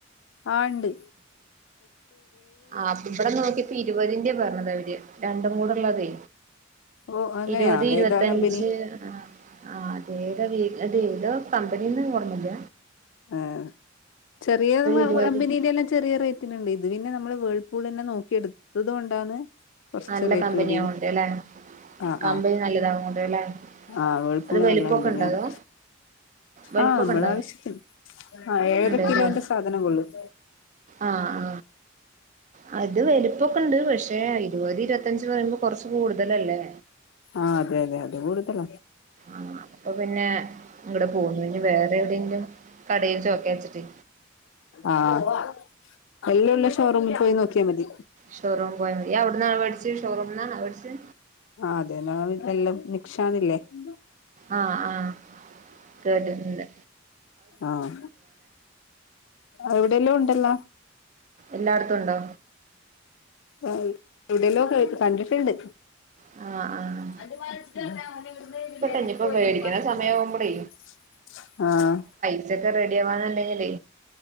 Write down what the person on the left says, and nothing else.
ആ ഇണ്ട്
ഓ അങ്ങനെയാ
ഏതാ കമ്പനി
ആ ചെറിയ
കമ്പിനീന്റെല്ലാം ചെറിയ റേറ്റ് ണ്ട്. ഇത് പിന്നെ നമ്മള് വേൾപൂൾന്നെ നോക്കിയെടുത്തത് കൊണ്ടാണ് കൊറച്ച്
റേറ്റ്
കൂടീത്.
ആഹ
ആഹ
ആ വേൾപൂൾ
നല്ല കമ്പിനിയാണ്.
ആഹ നമ്മള
ആവശ്യത്തിന്. ആ ഏഴര
കിലോന്റെ സാധനം കൊള്ളും.
ആഹ അതേലെ അത് കൂടുതല.
ആഹ എല്ലാം ഉള്ള ഷോറൂമിൽ പോയി നോക്കിയാ മതി.
ആ അതെ ഞ <unintelligible>
ആഹ അവിഡെല്ലോം ഉണ്ടല്ല.
ആ എവിടെയല്ലോക്കെ കേ കണ്ടിട്ടുണ്ട്.
<unintelligible>
ആഹ